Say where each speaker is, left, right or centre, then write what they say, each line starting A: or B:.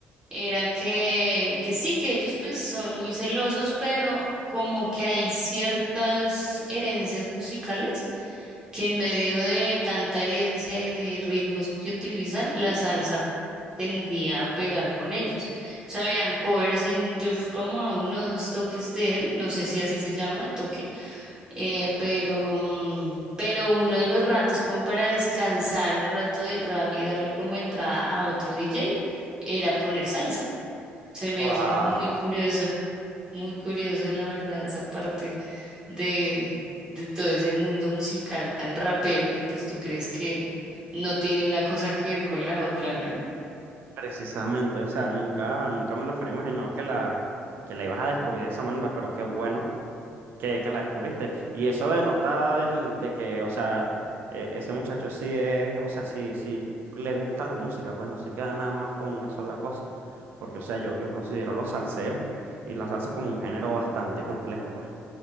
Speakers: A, on the right (about 20°); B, on the right (about 65°).
A: era que, que sí, que ellos pues son muy celosos, pero como que hay ciertas herencias musicales que en medio de tanta herencia y de ritmos que utilizan, la salsa tendía a pegar con ellos. O sea, habían covers en, yo fui como a uno o dos toques de él, no sé si así se llama, toque, eh, pero, mm, pero uno de los ratos como para descansar un rato del rap y darle como entrada a otro DJ era poner salsa. Se me
B: Wow.
A: hizo muy curioso. Muy curioso, la verdad, esa parte de, de todo ese mundo musical tan rapero que pues tú crees que no tiene una cosa que ver con la otra, ¿no?
B: Precisamente, o sea, nunca, nunca me lo hubiera imaginado que la, que la ibas a descubrir de esa manera, pero qué bueno que, que la descubriste. Y eso denota del, de que, o sea, e- ese muchacho sí es, o sea, sí, sí le gusta la música, pues no se queda nada más con una sola cosa. Porque, o sea, yo, yo considero los salseros y la salsa como un género bastante complejo, pues.